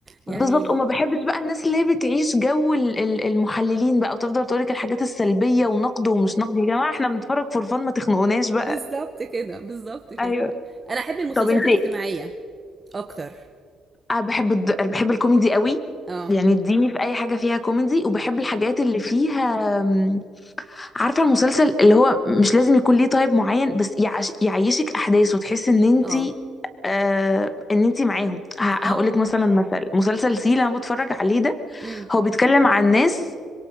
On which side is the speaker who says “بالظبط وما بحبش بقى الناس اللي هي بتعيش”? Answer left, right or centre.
Left